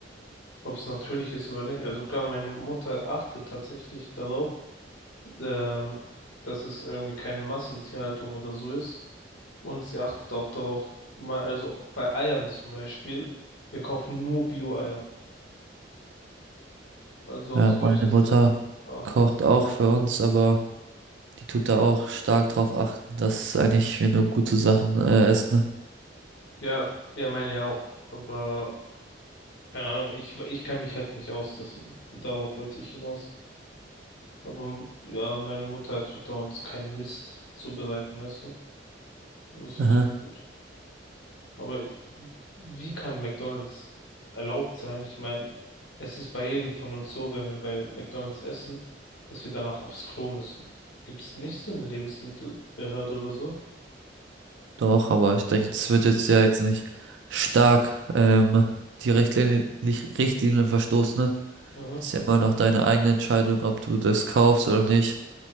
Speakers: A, on the left; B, on the right.
A: ob es natürlich ist oder nicht. Also klar, meine Mutter achtet tatsächlich darauf, ähm, dass es irgendwie keine Massentierhaltung oder so ist. Und sie achtet auch darauf, mal, also bei Eiern zum Beispiel, wir kaufen nur Bio-Eier. Also
B: Ja,
A: auf solche
B: meine Mutter
A: Sachen achtet
B: kocht
A: sie.
B: auch für uns, aber die tut da auch stark drauf achten, dass eigentlich wir nur gute Sachen äh, essen.
A: Ja, ja, meine ja auch. Aber keine Ahnung, ich, ich kenne mich halt nicht aus. Das, darauf wollte ich hinaus. Aber ja, meine Mutter tut da uns keinen Mist zubereiten, weißt du? Und das finde
B: Aha.
A: ich auch gut. Aber wie kann McDonald's erlaubt sein? Ich meine, es ist bei jedem von uns so, wenn wir bei McDonald's essen, dass wir danach aufs Klo müssen. Gibt es nicht so eine Lebensmittelbehörde oder so?
B: Doch, aber ich denke, es wird jetzt ja jetzt nicht stark ähm, die Richtlinie, Lich- Richtlinien verstoßen. Ne?
A: Mhm,
B: Das ist ja immer noch deine eigene Entscheidung, ob du das kaufst oder nicht.